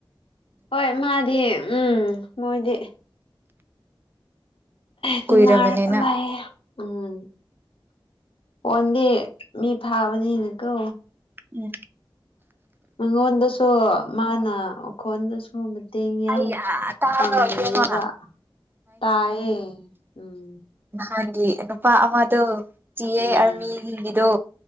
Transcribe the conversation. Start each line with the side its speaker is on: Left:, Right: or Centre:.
Left: ꯍꯣꯏ ꯃꯥꯗꯤ ꯎꯝ ꯃꯣꯏꯗꯤ꯫ ꯇꯤꯟꯅꯔꯒ
Right: ꯀꯨꯏꯔꯕꯅꯤꯅ
Left: ꯂꯩꯌꯦ꯫ ꯎꯝ ꯍꯣꯟꯗꯤ ꯃꯤ ꯐꯥꯕꯅꯤꯅꯀꯣ꯫
Right: ꯎꯝ꯫
Left: ꯃꯉꯣꯟꯗꯁꯨ ꯃꯥꯅ ꯑꯣꯈꯣꯟꯗꯁꯨ꯫ ꯃꯇꯦꯡ ꯌꯥꯝ
Right: ꯑꯩ ꯇꯥꯕ꯭ꯔꯣ
Left: ꯄꯥꯡꯕꯤꯌꯦꯕ
Right: ꯏꯕꯦꯝꯃ
Left: ꯇꯥꯏꯌꯦ ꯎꯝ꯫
Right: ꯍꯥꯏꯗꯤ ꯅꯨꯄꯥ ꯑꯃꯗꯨ꯫ ꯆꯤꯌꯦ
Left: ꯎꯝ
Right: ꯑꯔꯃꯤꯒꯤꯗꯣ